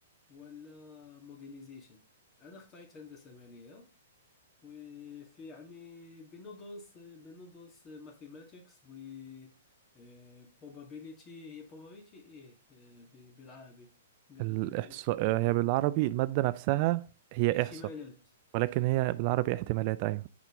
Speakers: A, on the left; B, on the right.
A: ولا موديليزيشن أنا اخترت هندسة مالية وفي يعني بندرس بندرس ماثيماتيكس و آه، probability هي probability إيه آه، ب- بالعربي نقدر
B: الاحصاء
A: نقول
B: هي بالعربي المادة نفسها هي
A: احتمالات
B: احصاء ولكن هي بالعربي احتمالات ايوه